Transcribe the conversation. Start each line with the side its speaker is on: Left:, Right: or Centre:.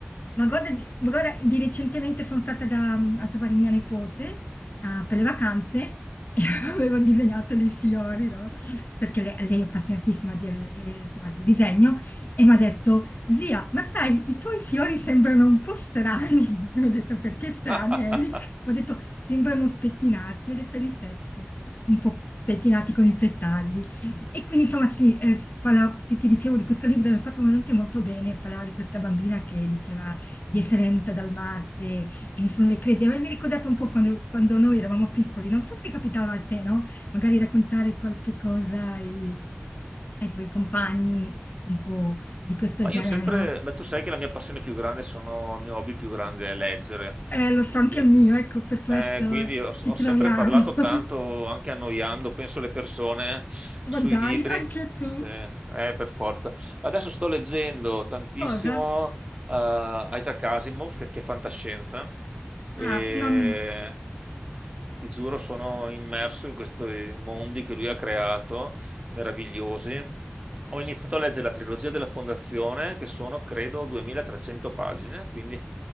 Left: Ma guarda, ma guarda, di recentemente sono stata da- mm, a trovare mia nipote ah, per le vacanze e <laughs> avevo disegnato dei fiori, no? Perché le- lei, è appassionatissima del- eh, insomma, di disegno e mi ha detto, zia, ma sai, i tuoi fiori sembrano un po' strani. <laughs> Io ho detto, perché strani,
Right: <laughs>
Left: Eli? Mi ha detto, sembrano spettinati. Io Ho detto, in effetti, un po' pettinati con i petardi. E quindi insomma sì, eh, parla- ti, ti dicevo di questo libro, che mi ha fatto veramente molto bene, parlava di questa bambina che diceva di Sorrento Dalmarte, e ne sono le credi. A me mi ha ricordato un po' quando, quando noi eravamo piccoli, non so se capitava a te, no? Magari raccontare qualche cosa ai, ai tuoi compagni un po' di questo
Right: Ma
Left: genere,
Right: io ho sempre,
Left: no?
Right: beh, tu sai che la mia passione più grande sono, il mio hobby più grande è leggere.
Left: Eh, lo so anche
Right: E-
Left: il mio, ecco, per questo
Right: eh, quindi ho,
Left: ci
Right: ho
Left: troviamo.
Right: sempre parlato
Left: <laughs>
Right: tanto, anche annoiando, penso le persone sui
Left: Ma dai,
Right: libri,
Left: anche tu.
Right: se- eh, per forza. Adesso sto leggendo tantissimo
Left: Cosa?
Right: eh, Isaac Asimov, che, che è fantascienza, e
Left: Ah, non...
Right: ti giuro, sono immerso in questi mondi che lui ha creato, meravigliosi. Ho iniziato a leggere la trilogia della Fondazione, che sono, credo, 2300 pagine, quindi